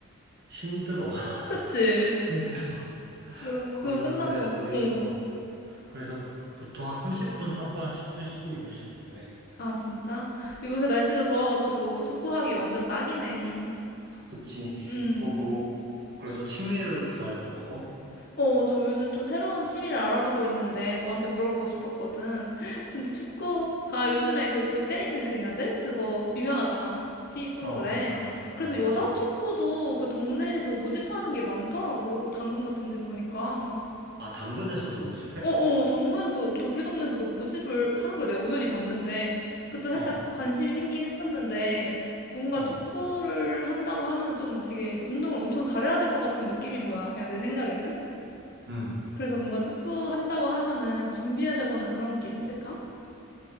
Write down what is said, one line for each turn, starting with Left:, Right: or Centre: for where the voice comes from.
Right: 힘들어, <laughs>
Left: <laughs> 그치.
Right: 힘들어.
Left: 그,
Right: 거의
Left: 그거 끝나고,
Right: 그래서 거의
Left: 응.
Right: 어 그래서 보통 한 30분 하고 한 10분 쉬고 이런 식으로 해.
Left: 아, 진짜? 요새 날씨도 좋아가지고 축구하기 완전 딱이네.
Right: 그치.
Left: 음.
Right: 너 뭐, 그래서 취미를 구할 거라고?
Left: 어, 좀 요즘 좀 새로운 취미를 알아보고 있는데 너한테 물어보고 싶었거든. <laughs> 근데 축구가 요즘에 그 골 때리는 그녀들? 그거 유명하잖아. TV 프로그램.
Right: 어, 맞아.
Left: 그래서
Right: 맞아.
Left: 여자 축구도 그 동네에서 모집하는 게 많더라고. 당근 같은 데 보니까.
Right: 아, 당근에서도 모집해?
Left: 어어 당근에서도 동- 우리 동네에서 그 모집을 하는 걸 내가 우연히 봤는데 그때 살짝
Right: 어,
Left: 관심이 생기긴 했었는데 뭔가
Right: 어.
Left: 축구를 한다고 하면 좀 되게 운동을 엄청 잘해야 될 것 같은 느낌인 거야 그냥 내 생각에는
Right: 음.
Left: 그래서 뭔가 축구 한다고 하면은 준비해야 되거나 그런 게 있을까?